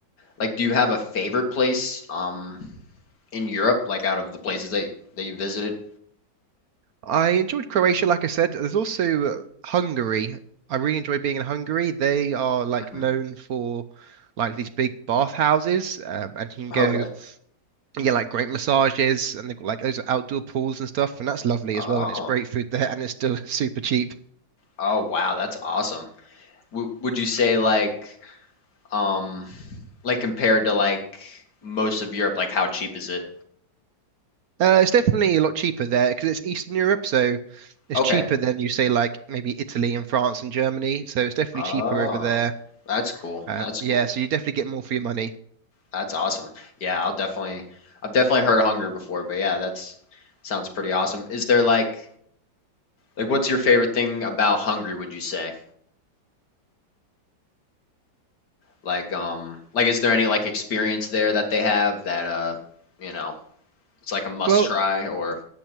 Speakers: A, on the left; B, on the right.
A: like do you have a favorite place um in Europe like out of the places that that you visited?
B: I enjoyed Croatia, like I said. There's also uh, Hungary. I really enjoy being in Hungary. They are like
A: hmm
B: known for like these big bathhouses, um, and you can
A: Okay.
B: go Yeah, like great massages, and they've got like those outdoor pools and stuff, and that's lovely as
A: Oh.
B: well. And it's great food there, and it's still <laughs> super cheap.
A: Oh wow, that's awesome. W would you say like um Like compared to like most of Europe, like how cheap is it?
B: Uh, it's definitely a lot cheaper there because it's Eastern Europe, so it's
A: Okay.
B: cheaper than you say like maybe Italy and France and Germany. So it's definitely
A: Oh,
B: cheaper over there.
A: that's cool.
B: Uh,
A: That's
B: yeah,
A: cool.
B: so you definitely get more for your money.
A: That's awesome. Yeah, I'll definitely I've definitely heard of Hungary before, but yeah, that's sounds pretty awesome. Is there like like what's your favorite thing about Hungary, would you say? Like um like is there any like experience there that they have that uh you know, it's like a must
B: Well,
A: try or